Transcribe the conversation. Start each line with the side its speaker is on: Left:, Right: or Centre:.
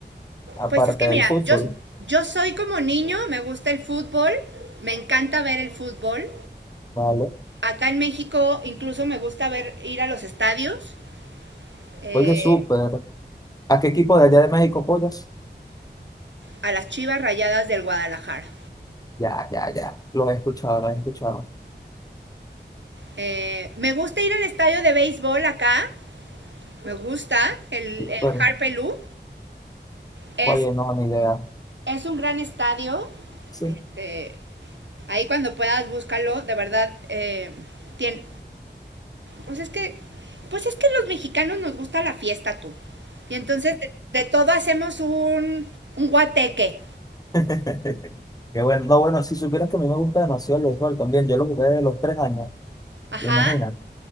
Left: aparte
Right: Pues es que
Left: del
Right: mira,
Left: fútbol,
Right: yo, yo soy como niño, me gusta el fútbol, me encanta ver el fútbol.
Left: ¿vale?
Right: Acá en México incluso me gusta ver ir a los estadios, eh,
Left: Oye, súper. ¿A qué equipo de allá de México apoyas?
Right: a las Chivas Rayadas del Guadalajara.
Left: Ya, ya, ya. Lo he escuchado, lo he escuchado.
Right: Eh, me gusta ir al estadio de béisbol acá, me gusta, el, el
Left: Pero,
Right: Harpelú. Es,
Left: oye, no, ni idea.
Right: es un gran estadio,
Left: Sí.
Right: eh, ahí cuando puedas búscalo, de verdad, eh, tien, Pues es que, pues es que los mexicanos nos gusta la fiesta, tú. Y entonces de, de todo hacemos un, un guateque.
Left: <laughs> Qué bueno. No, bueno, si supieras que a mí me gusta demasiado el béisbol también. Yo lo jugué desde los tres años,
Right: Ajá.
Left: imagina.